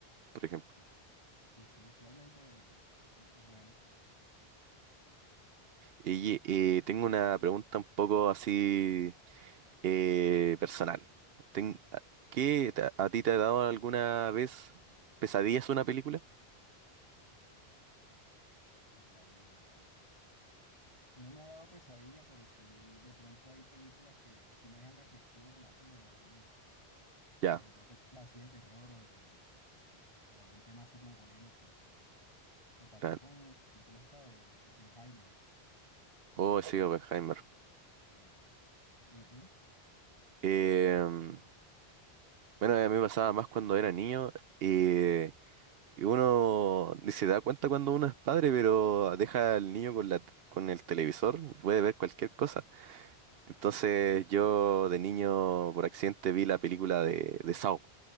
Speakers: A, on the right; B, on the left.
A: por ejemplo.
B: Sí, sí, sí, usualmente su- eh, eh, bueno,
A: Y eh, tengo una pregunta un poco así eh, personal. Ten- a- ¿qué te- a ti te ha dado alguna vez pesadillas una película?
B: pesadilla. uh. No me ha dado pesadilla, pero sí, de pronto hay películas que, que sí me dejan reflexivo como antes de dormir,
A: Ya,
B: sobre todo películas así de terror o de, o de algún tema así como polémico. Me pasó
A: claro.
B: con la película esta de Oppenheimer.
A: Oh,
B: eh,
A: sí, Oppenheimer.
B: sí. ¿Y tú?
A: Eh, bueno, a mí me pasaba más cuando era niño. eh, Y uno ni se da cuenta cuando uno es padre, pero deja al niño con la, con el televisor y puede ver cualquier cosa. Entonces yo de niño por accidente vi la película de, de Saw,